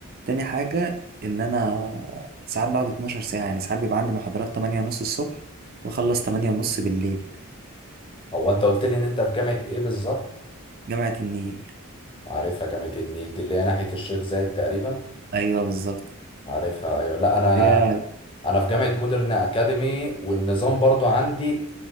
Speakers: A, on the right (about 45°); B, on the left (about 25°).
A: تاني حاجة ان انا ساعات بقعد 12 ساعة يعني ساعات بيبقى عندي محاضرات 8 ونص الصبح واخلص 8 ونص بالليل
B: هو انت قلت لي ان انت في جامعه ايه بالظبط
A: جامعة النيل
B: عارفها جامعه النيل دي اللي هي ناحيه الشيخ زايد تقريبا
A: ايوه بالظبط
B: عارفها ايوه لا انا
A: هي
B: انا في جامعه مودرن اكاديمي والنظام برضو عندي